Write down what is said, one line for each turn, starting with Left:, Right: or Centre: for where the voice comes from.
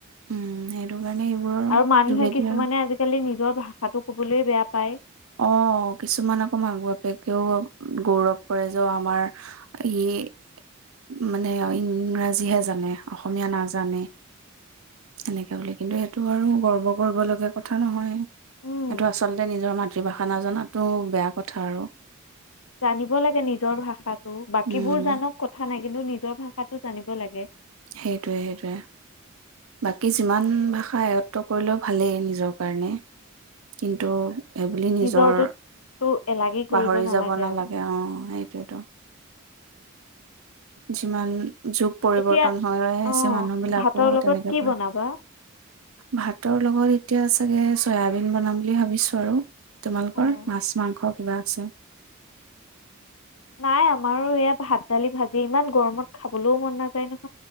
Right: উম সেইটো কাৰণে এইবোৰৰ
Left: আৰু মানুহে
Right: যোগেদি
Left: কিছুমানে
Right: আৰু
Left: আজিকালি নি নিজৰ ভাষাটো ক'বলৈ বেয়া পায়।
Right: অ কিছুমান আকৌ মাক-বাপেকেও গৌৰৱ কৰে যে আমাৰ ই মানে ইংৰাজীহে জানে, অসমীয়া নাজানে এনেকে বুলি কিন্তু এইটো আৰু গৰ্ব কৰিব লগা কথা নহয়। এইেইটো
Left: অঁ
Right: আচলতে নিজৰ মাত মৃভাষা নাজাতো বেয়া কথা আৰু।
Left: জানিব লাগে, নিজৰ ভাষাটো বাকীবোৰ
Right: উম
Left: জানক কথা নাই। কিন্তু নি নিজ ভাষাতটো জানিব লাগে।
Right: সেইটোৱে-সেইটোৱে। বাকী যিমান ভাষা আয়ত্ব কৰিলেও ভালেই নিজ নিজৰ কাৰণে কিন্তু সেইবুলি নিজৰ
Left: নিজৰটোততো এলাগী কৰিব
Right: পাহৰি যাব নালাগে
Left: আৰু
Right: অ সেইটোৱোটো। যিমান যুগ পৰিবৰ্তন
Left: এতিয়া
Right: হৈছে
Left: অঁ
Right: মানুহ বিলাকো
Left: ভাতৰ লগত
Right: তেনেকে
Left: কি
Right: পাৰ
Left: বনাবা
Right: ভাতৰ লগত এতিয়া চাগে চয়াবিন বনাম বুলি ভাবিছো আৰু। তোমালোকৰ
Left: অঁ
Right: মাছ, মাংস কিবা আছে
Left: নাই আমাৰো ইয় ভাত দালি ভাজি ইমান গৰমত খাবলৈও মন নাযায় নহয়।